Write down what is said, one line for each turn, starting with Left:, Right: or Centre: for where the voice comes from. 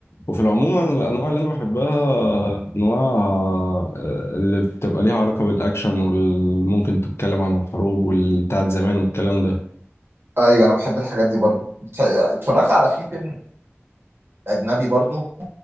Left: وفي العموم أنا الانواع اللي انا بحبها آه، انواع آه، اللي بتبقى ليها علاقه بالاكشن وممكن تتكلم عن الحروب والبتاعت زمان والكلام ده
Right: ايوه انا بحب الحاجات دي برضو بت- اتفرجت على في فيلم اجنبي برضو